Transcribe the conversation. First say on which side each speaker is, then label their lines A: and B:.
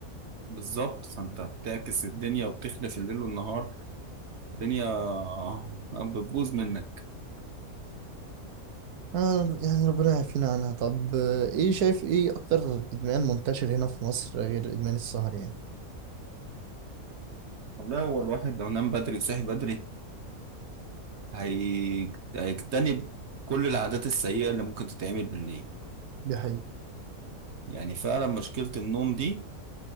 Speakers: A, on the right; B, on the right.
A: بالظبط فانت بتعكس الدنيا وبتخلف الليل والنهار الدنيا بتبوظ منك
B: آه يعني ربنا يعافينا عنها طب آه، ايه شايف ايه اكتر ادمان منتشر هنا في مصر غير ادمان السهر يعني
A: لا هو الواحد لو نام بدري وصحي بدري هي... هيجتنب كل العادات السيئة اللي ممكن تتعمل بالليل
B: دي حقيقة
A: يعني فعلا مشكلة النوم دي